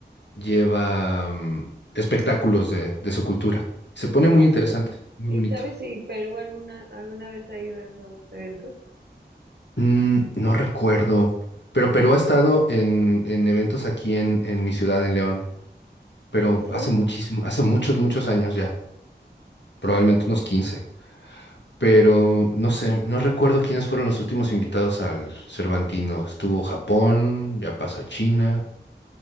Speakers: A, on the left (about 80°); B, on the right (about 65°).
A: lleva mm, espectáculos de, de su cultura. Se pone muy
B: Ah,
A: interesante,
B: sí.
A: muy
B: ¿Y
A: bonito.
B: sabes si Perú alguna, alguna vez ha ido a esos eventos?
A: Mm, no recuerdo, pero Perú ha estado en, en eventos aquí en, en mi ciudad, en León, pero
B: Ah, sí.
A: hace muchísimo, hace muchos, muchos años ya, probablemente unos quince Pero no sé, no recuerdo quiénes fueron los últimos invitados al Cervantino. Estuvo Japón, ya pasó China,